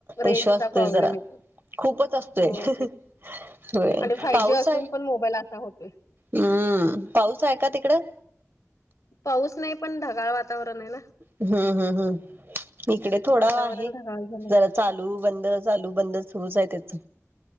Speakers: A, on the left (about 80°); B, on the right (about 45°).
A: रेंजचा
B: इशू असतोय
A: प्रॉब्लेम
B: जरा
A: येतो
B: खूपच असतोय
A: हो ते आणि
B: पाऊस
A: असून
B: आहे
A: पण मोबाईल असा होतोय.
B: हम्म पाऊस आहे का तिकडं
A: पाऊस नाही पण ढगाळ वातावरण आहे ना
B: हम्म हम्म हम् इकडे थोडा
A: वातावरण
B: आहे
A: ढगाळ झालंय.
B: जरा चालू बंद चालू बंद सुरूच आहे त्याच